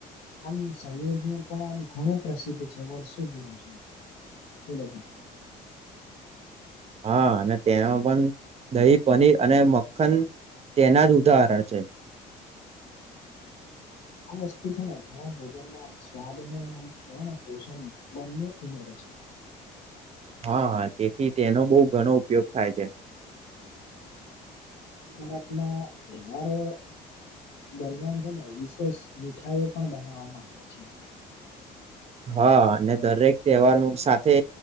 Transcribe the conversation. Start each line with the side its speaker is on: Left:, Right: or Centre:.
Left: આમ સંયોજઓ પણ આમ ઘણું પ્રસિદ્ધ છે વર્ષું જૂનું છે છોલો
Right: હા અને તેમાં પણ દહી પનીર અને મખન તેના જ ઉદાહરણ છે
Left: <inaudible> આ વસ્તુ છે ને ઘણા ભોજનમાંમ સ્વાદ અને આમ પોષણ બંને ઉમેરે છે <inaudible>
Right: હા હ તેથી તેનો બહ ઘણો ઉપયોગ થાય છે
Left: ભારતમાં તહેવારો દરમિયાનજને વિશેષ મીઠાઈઓ પણ બનાવવામાં આવે છે
Right: હા અને દરેક તહેવાર સાથે